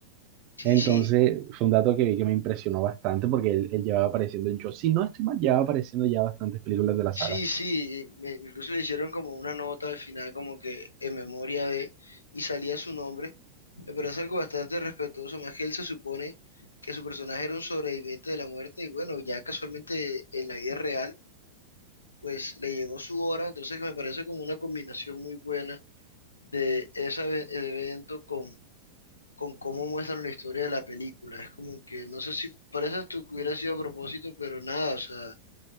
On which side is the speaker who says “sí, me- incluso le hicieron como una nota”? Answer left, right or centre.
Left